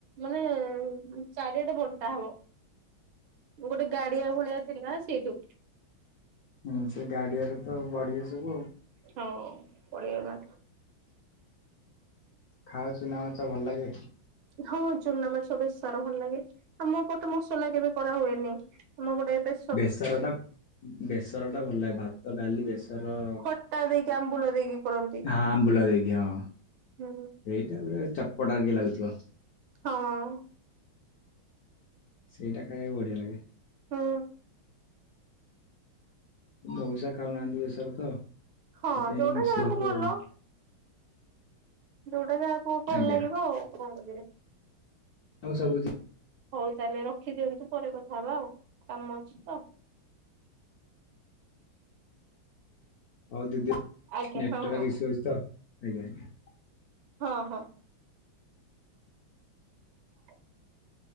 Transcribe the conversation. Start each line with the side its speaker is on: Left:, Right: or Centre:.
Right: ମାନେ ଚାରିଆଡ଼େ ବଣ୍ଟା ହବ। ଗୋଟେ ଗାଡ଼ିଆ ଭଳିଆ ଥିଲା ସେଇଠି।
Left: ହୁଁ ସେ ଗାଡ଼ିଆରେ ତ ବଢ଼ିବେ ସବୁ ଆଉ।
Right: ହଁ ପଢ଼ିବା ନା
Left: ଖାଉ ଚୁନା ମାଛ ଭଲ ଲାଗେ।
Right: ହଁ ଚୁନା ମାଛ ବେସର ଭଲ ଲାଗେ ଆମ ପଟେ ମସଲା କେବେ କରା ହୁଏନି ମୁଁ ଗୋଟେ ଏବେ
Left: ବେସର ଟା ବେସର ଟା ଭଲ ଲାଗେ ଭାତ ଡାଲି ବେସର
Right: ଖଟା ଦେଇକି ଆମ୍ବୁଲ ଦେଇକି କରନ୍ତି।
Left: ନାଁ ଆମ୍ବୁଲ ଦେଇକି ହଁ।
Right: ହୁଁ।
Left: ଏଇଟା ଗୋଟେ ଚଟପଟା ଇଏ ଲାଗୁଥିବ।
Right: ହଁ।
Left: ସେଇଟା ଖାଇବାକୁ ବଢ଼ିଆ ଲାଗେ।
Right: ହଁ।
Left: ମଉସା ଖାଉନାହାନ୍ତି ବସର ତ।
Right: ହଁ
Left: ସେଥିପାଇଁ
Right: ଯୋଉଟା
Left: ମସଲା
Right: ଯାହାକୁ
Left: ହବ
Right: ଭଲ
Left: ଆଉ
Right: ଯୋଉଟା ଯାହାକୁ ଭଲ
Left: ଆଜ୍ଞା
Right: ଲାଗିବ ଆଉ କଣ କରିବେ।
Left: ଆଉ ହଉ ସବୁ
Right: ହଉ ତାହେଲେ ରଖିଦିଅନ୍ତୁ ପରେ କଥା ହବା ଆଉ କାମ ଅଛି ତ
Left: ହଉ ଦିଦି ନେଟୱର୍କ୍
Right: ଆଜ୍ଞା ହଁ ହଁ
Left: ଇସୁ ଅଛି ତ ଆଜ୍ଞା ଆଜ୍ଞା।
Right: ହଁ ହଁ। <inaudible>